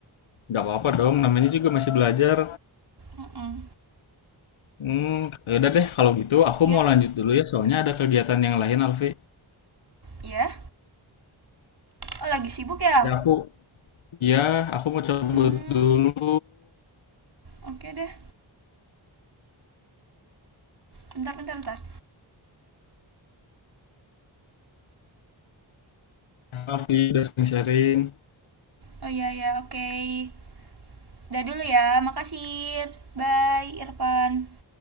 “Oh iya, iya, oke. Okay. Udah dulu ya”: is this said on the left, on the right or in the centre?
Right